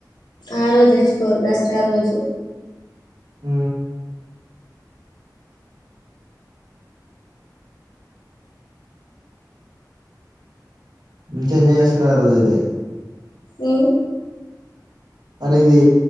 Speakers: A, on the left; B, on the right.
A: ఆ రోజు దెచ్చుకోరు దసరా రోజు
B: ఊ మంచిగా ఎంజాయ్ జేస్తారు ఆ రోజు అయితే
A: ఏ
B: మరి ఇది